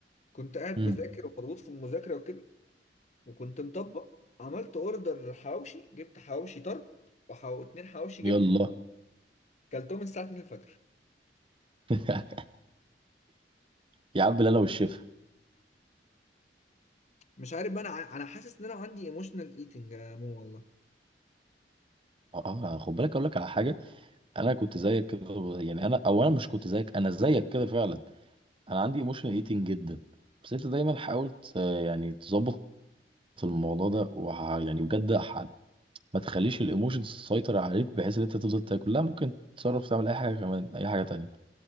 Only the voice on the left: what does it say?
كنت قاعد
بذاكر ومضغوط في المذاكره وكده وكنت مطبق عملت اوردر حواوشي جبت حواوشي طرب وحو... اتنين حواوشي
جبنه كلتهم الساعه 2 الفجر
مش عارف بقى انا ع- انا حاسس ان انا عندي ايموشنال ايتنج يا مو والله